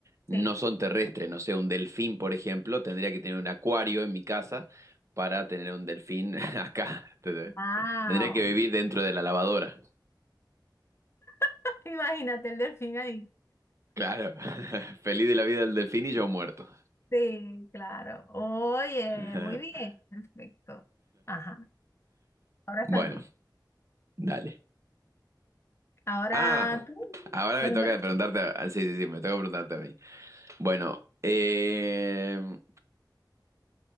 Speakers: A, on the right; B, on the left.
A: no
B: sí.
A: son terrestres. No sé, un delfín, por ejemplo, tendría que tener un acuario en mi casa para tener un delfín <laughs> acá. Tendría
B: Wow.
A: que vivir dentro de la lavadora.
B: <laughs> Imagínate el delfín ahí.
A: Claro, <laughs> feliz de la vida del delfín y yo muerto.
B: Sí, claro. Oye,
A: <laughs>
B: muy bien. Perfecto. Ajá. Ahora
A: Bueno,
B: también.
A: dale.
B: Ahora
A: Ah,
B: tú,
A: ahora
B: la
A: me
B: número
A: toca preguntarte.
B: cinco.
A: a- ah, Sí, sí, sí, me toca preguntarte a mí. Bueno, eh,